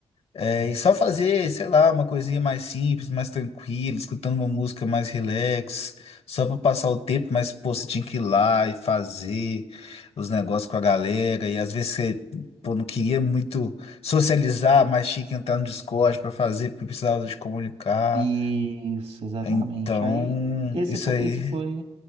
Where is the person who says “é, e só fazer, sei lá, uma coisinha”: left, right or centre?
Left